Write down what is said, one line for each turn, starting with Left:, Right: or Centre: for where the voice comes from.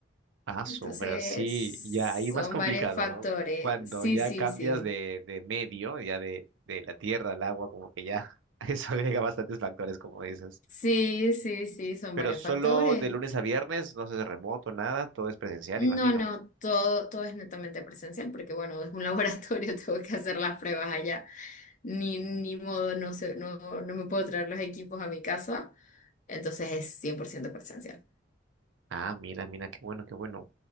Right: Ah,
Left: Entonces,
Right: su, pero sí, ya ahí más
Left: son
Right: complicado,
Left: varios factores.
Right: ¿no? Cuando
Left: Sí,
Right: ya
Left: sí,
Right: cambias
Left: sí.
Right: de, de medio, ya de, de la tierra al agua, como que ya <laughs> eso agrega bastantes factores, como dices.
Left: Sí, sí, sí, son
Right: Pero
Left: varios
Right: solo
Left: factores.
Right: de lunes a viernes, no se hace remoto, nada, todo es presencial,
Left: No,
Right: imagino.
Left: no, todo, todo es netamente presencial, porque bueno, es un laboratorio, <laughs> tengo que hacer las pruebas allá. Ni, ni modo, no sé, no, no me puedo traer los equipos a mi casa, entonces es 100% presencial.
Right: Ah, mira, mira, qué bueno, qué bueno.